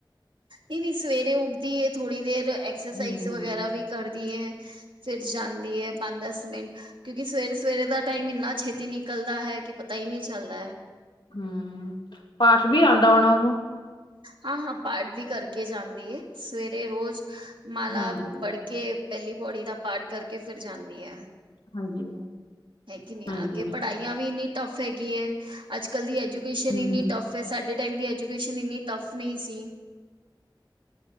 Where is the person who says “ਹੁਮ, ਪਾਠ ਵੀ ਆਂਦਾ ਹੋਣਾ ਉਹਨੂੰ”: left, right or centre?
Left